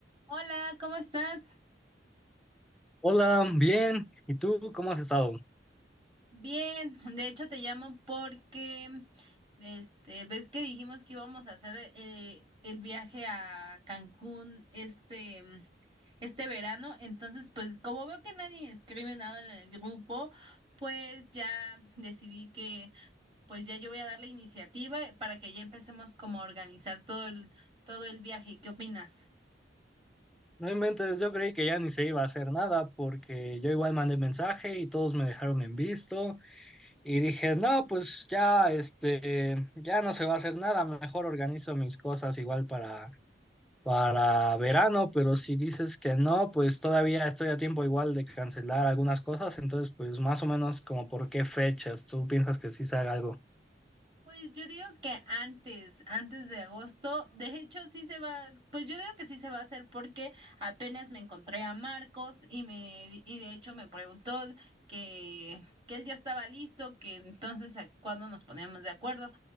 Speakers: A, on the right (about 30°); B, in the centre.
A: Hola, ¿cómo estás?
B: Hola, bien. ¿Y tú cómo has estado?
A: Bien, de hecho te llamo porque, este, ves que dijimos que íbamos a hacer eh, el viaje a Cancún este, mm, este verano, entonces pues como veo que nadie escribe nada en el grupo, pues ya decidí que pues ya yo voy a dar la iniciativa para que ya empecemos como a organizar todo el, todo el viaje. ¿Qué opinas?
B: No inventes, yo creí que ya ni se iba a hacer nada porque yo igual mandé mensaje y todos me dejaron en visto y dije, no, pues ya, este, ya no se va a hacer nada, mejor organizo mis cosas igual para, para verano, pero si dices que no, pues todavía estoy a tiempo igual de cancelar algunas cosas, entonces pues más o menos como por qué fechas tú piensas que sí se haga algo.
A: Pues yo digo que antes, antes de agosto, de hecho sí se va, pues yo digo que sí se va a hacer porque apenas me encontré a Marcos y me y de hecho me preguntó que que él ya estaba listo, que entonces a cuándo nos poníamos de acuerdo,